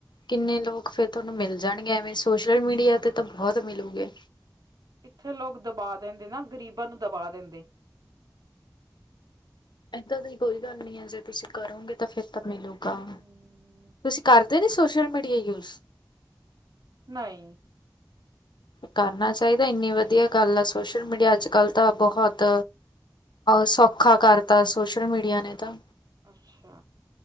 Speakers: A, on the left (about 80°); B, on the right (about 55°).
A: ਕਿੰਨੇ ਲੋਕ ਫੇਰ ਤੁਹਾਨੂੰ ਮਿਲ ਜਾਣਗੇ ਐਵੇਂ ਸੋਸ਼ਲ ਮੀਡੀਆ ਤੇ ਤਾਂ ਬਹੁਤ ਮਿਲੂਗੇ।
B: ਇੱਥੇ ਲੋਕ ਦਬਾ ਦਿੰਦੇ ਨਾ ਗ਼ਰੀਬਾਂ ਨੂੰ ਦਬਾ ਦਿੰਦੇ।
A: ਏਦਾਂ ਦੀ ਕੋਈ ਗੱਲ ਨੀ ਹੈ ਜੇ ਤੁਸੀਂ ਕਰੋਗੇ ਤਾਂ ਫਿਰ ਤਾਂ ਮਿਲੂਗਾ,
B: ਹੂੰ
A: ਤੁਸੀਂ ਕਰ ਕਰਦੇ ਨੀ ਸੋਸ਼ਅਲ ਮੀਡੀਆ ਯੂਜ਼।
B: ਨਹੀਂ।
A: ਕਰਨਾ ਚਾਹੀਦੇ, ਇੰਨੀ ਵਧੀਆ ਗੱਲ ਆ ਸੋਸ਼ਲ ਮੀਡੀਆ ਅੱਜ ਕੱਲ ਤਾਂ ਬਹੁਤ ਸੌਖਾ ਕਰਤਾ ਸੋਸ਼ਲ ਮੀਡੀਆ ਨੇ ਤਾਂ।
B: ਅੱਛਾ।